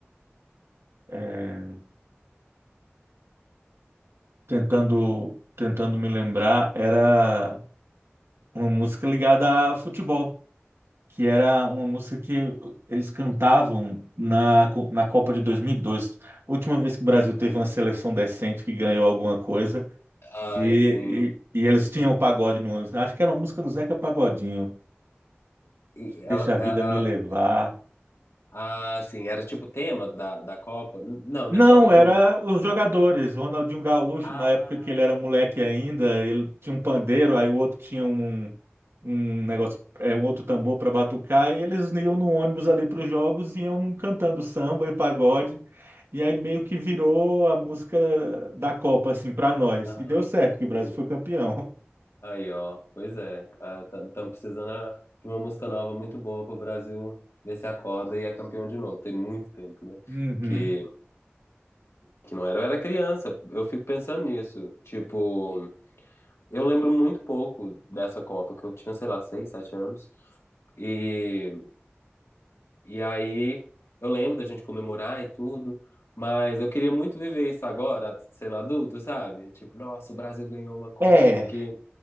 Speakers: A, on the right (about 70°); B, on the left (about 85°).
A: é, tentando, tentando me lembrar era uma música ligada a futebol, que era uma música que eles cantavam na, co- na Copa de 2002. A última vez que o Brasil teve uma seleção decente que ganhou alguma coisa.
B: Ai,
A: E,
B: sim.
A: e, e eles tinham o pagode no ônibus. né? Acho que era uma música do Zeca Pagodinho.
B: E ela,
A: Deixa a
B: ela,
A: vida
B: ela-
A: me levar.
B: ah, sim, era tipo tema da, da Copa? Não,
A: Não,
B: né? Só tocou
A: era
B: muito.
A: os jogadores. Ronaldinho Gaúcho,
B: Ah,
A: na época que ele era moleque ainda, ele tinha um pandeiro, aí o outro tinha um, um negócio, é, um outro tambor para batucar, e eles iam no ônibus ali para os jogos e iam cantando samba e pagode. E aí meio que virou a música da Copa, assim, para nós.
B: aham.
A: E deu certo, que o Brasil
B: sim.
A: foi campeão.
B: Aí, ó, pois é. Estamos precisando ah, de uma música nova muito boa pro Brasil ver se acorda e é campeão de novo. Tem muito tempo, né?
A: Uhum.
B: Que, que não era. Eu era criança, eu fico pensando nisso. Tipo, eu lembro muito pouco dessa Copa, que eu tinha, sei lá, seis, sete anos. E, e aí eu lembro da gente comemorar e tudo, mas eu queria muito viver isso agora, sendo adulto, sabe? Tipo, nossa, o Brasil ganhou uma Copa,
A: É.
B: porque